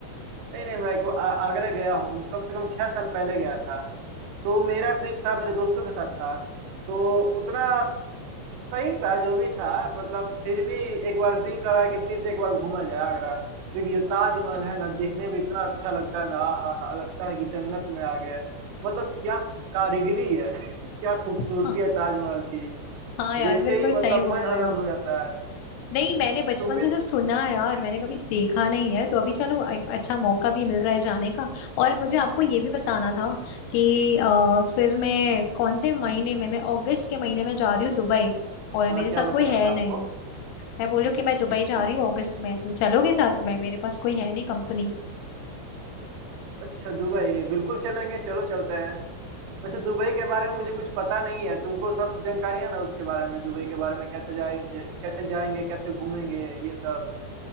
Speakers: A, on the right; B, on the left.
A: नहीं नहीं मैं एक बार आ- आगरा गया हूँ कम से कम छह साल पहले गया था तो मेरा ट्रिप था मेरे दोस्तों के साथ था तो उतना सही था जो भी था मतलब फिर भी एक बार दिल करा कि फिर से एक बार घूमा जाए आगरा क्योंकि जो ताजमहल है ना देखने में इतना अच्छा लगता है ना हा हा लगता है कि जन्नत में आ गए मतलब क्या कारीगरी है <laughs> क्या खूबसूरती
B: हाँ
A: है ताजमहल की
B: हाँ यार
A: देखते
B: बिल्कुल
A: ही मतलब
B: सही बोल
A: मन आनंद
B: रहे हो
A: हो जाता है
B: नहीं मैंने बचपन
A: तुम भी
B: से सिर्फ सुना है यार मैंने कभी देखा नहीं है तो अभी चलो एक अच्छा मौका भी मिल रहा है जाने का और मुझे आपको ये भी बताना था कि अ, फिर मैं कौन से महीने में मैं अगस्त के महीने में जा रही हूँ दुबई और
A: हाँ
B: मेरे
A: क्या
B: साथ
A: बताना
B: कोई है
A: था आपको
B: नहीं मैं बोल रही हूँ कि मैं दुबई जा
A: अ-
B: रही हूँ अगस्त में तो चलोगे साथ में मेरे पास कोई है नहीं कंपनी
A: अच्छा दुबई बिल्कुल चलेंगे चलो चलते हैं वैसे दुबई के बारे में मुझे कुछ पता नहीं है तुमको सब जानकारी है ना उसके बारे में दुबई के बारे में कैसे जाएंगे कैसे जाएंगे कैसे घूमेंगे ये सब